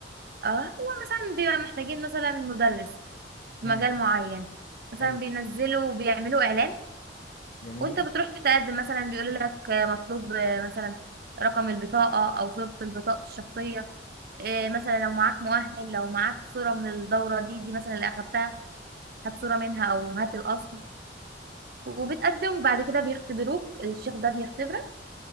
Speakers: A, on the right; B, on the left.
A: اه هو مثلا بيبقى محتاجين مثلا مدرس في
B: امم
A: مجال معين مثلا
B: حلو
A: بينزلوا وبيعملوا اعلان
B: جميل
A: وانت بتروح تقدم مثلا بيقول لك آه، مطلوب آه، مثلا رقم البطاقة او صورة البطاقة الشخصية آه، مثلا لو معاك مؤهل لو معاك صورة من الدورة دي دي مثلا اللي اخدتها هات صورة منها او هات الاصل وبتقدم وبعد كده بيختبروك الشيخ ده بيختبرك